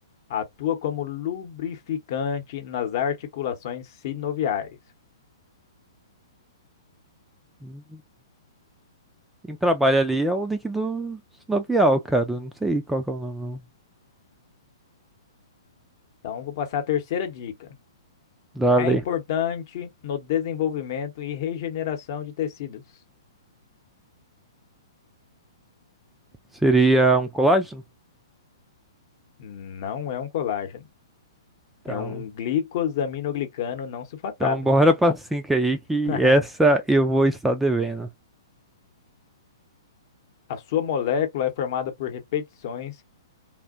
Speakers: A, on the left; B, in the centre.
A: Atua como lubrificante nas articulações sinoviais.
B: Hum. Quem trabalha ali é o líquido sinovial, cara. Eu Não sei qual que é o nome
A: Então, vou passar a terceira dica.
B: da
A: É
B: lei.
A: importante no desenvolvimento e regeneração de tecidos.
B: Seria um colágeno?
A: Não é um colágeno.
B: Então,
A: É um glicosaminoglicano não sulfatado.
B: então bora pra cinco aí, que
A: <laughs>
B: essa eu vou estar devendo.
A: A sua molécula é formada por repetições